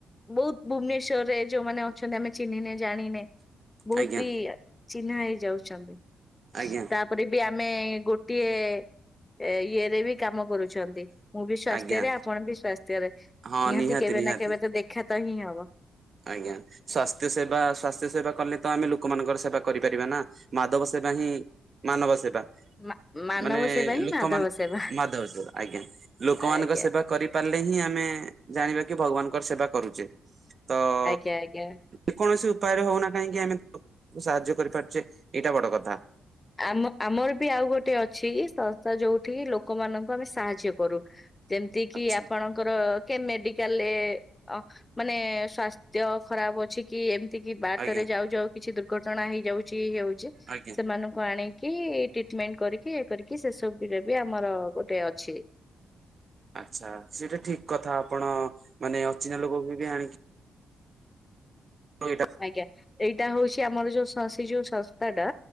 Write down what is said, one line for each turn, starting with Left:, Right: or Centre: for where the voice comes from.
Left: ବହୁତ ଭୁବନେଶ୍ୱର ରେ ଯୋଉମାନେ ଅଛନ୍ତି। ଆମେ ଚିହ୍ନିନେ ଜାଣିନେ ବହୁତ
Right: ଆଜ୍ଞା
Left: ବି ଚିହ୍ନା ହେଇ ଯାଉଛନ୍ତି
Right: ଆଜ୍ଞା
Left: ତା ପରେ ବି ଆମେ ଗୋଟିଏ। ଏ ଇଏ ରେ ବି କାମ କରୁଛନ୍ତି। ମୁଁ ବି ସ୍ଵାସ୍ଥ୍ୟରେ
Right: ଆଜ୍ଞା
Left: ଆପଣ ବି ସ୍ଵାସ୍ଥ୍ୟରେ। ନିହାତି
Right: ହଁ
Left: କେବେ
Right: ନିହାତି
Left: ନା କେବେ ତ ଦେଖା ତ ହିଁ ହବ।
Right: ଆଜ୍ଞା ସ୍ଵାସ୍ଥ୍ୟ ସେବା ସ୍ଵାସ୍ଥ୍ୟ ସେବା କଲେ ତ ଆମେ ଲୋକମାନଙ୍କର ସେବା କରିପାରିବା ନା। ମାଧବ ସେବା ହିଁ ମାନବ ସେବା।
Left: ମା ମାନବ
Right: ମାନେ
Left: ସେବା ହିଁ
Right: ଲୋକମାନ
Left: ମାଧବ ସେବା
Right: ମାଧ ଆଜ୍ଞା ଲୋକମାନଙ୍କ
Left: ଆଜ୍ଞା
Right: ସେବା। କରିପାରିଲେ ହିଁ ଆମେ ଜାଣିବା କି ଭଗବାନଙ୍କର ସେବା କରୁଛେ। ତ
Left: ଆଜ୍ଞା ଆଜ୍ଞା
Right: ଯେ କୌଣସି ଉପାୟରେ ହଉନା କାହିଁକି ଆମେ ସାହାଯ୍ୟ କରିପାରୁଛେ ଏଇଟା ବଡ କଥା।
Left: ଆମ ଆମର ବି ଆଉ ଗୋଟେ ଅଛି। ସଂସ୍ଥା ଯୋଉଠ କିି ଲୋକମାନାନଙ୍କୁ ଆମେ ସାହାଯ୍ୟ କରୁ। ଯେମିତି କିି
Right: ଆଚ୍ଛା
Left: ଆପଣ? ର କେ ମେଡିକାଲରେ ମାନେ ସାସ୍ଥ୍ୟ ଖରାପ ଅଛି। କି ଏମିତି କି ବାଟରେ
Right: ଆଜ୍ଞା
Left: ଯାଉ ଯାଉ କିଛି ଦୁର୍ଘଟଣା ହେଇଯାଉଛି ହଉଛି।
Right: ଆଜ୍ଞା
Left: ମାନଙ୍କୁ ଆଣିକି ଟ୍ରିଟମେଣ୍ଟ କରିକି ଇଏ କରିକି ସେସବୁରେ ବି ଆମର ଗୋଟେ ଅଛି।
Right: ଆଚ୍ଛା ସେଟା ଠିକ କଥା ଆପଣ ମାନେ ଅଚିହ୍ନା ଲୋକ ବି ବି ଆଣିକି। ତଁ ଏଇଟା।।
Left: ଆଜ୍ଞା ଏଇଟା ହଉଛି ଆମର ଯୋଉ ସେଇ ଯୋଉ ସଂସ୍ଥାଟା